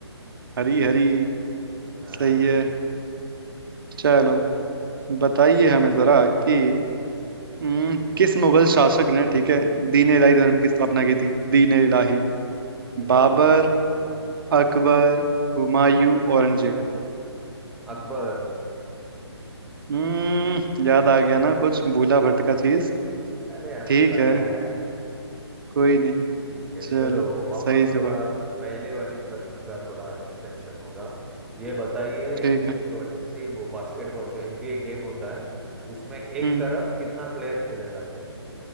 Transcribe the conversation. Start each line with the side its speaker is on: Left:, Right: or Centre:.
Right: हरी हरी
Centre: हाँ
Right: सही है चलो बताइए हमें जरा कि हम्म, किस मुगल शासक ने ठीक है दीन
Centre: हम्म,
Right: इलाही धर्म की स्थापना की थी दीन इलाही
Centre: तीनों
Right: बाबर
Centre: इलाज हम्म,
Right: अकबर हुमायूं औरंगजेब
Centre: अकबर
Right: हम्म याद आ गया ना कुछ भूला भटका चीज
Centre: अरे हमें
Right: ठीक
Centre: पता
Right: है
Centre: है
Right: कोई नहीं
Centre: ठीक है चलो
Right: चलो
Centre: वापस
Right: सही
Centre: थोड़ा
Right: जवाब
Centre: पहले वाली प्रश्न का थोड़ा एक्सटेंशन होगा ये बताइए
Right: ठीक है
Centre: जो सेम वो बास्केटबॉल जो एनबीए गेम होता है उसमें एक
Right: हम्म
Centre: तरफ कितना प्लेयर खेले जाते हैं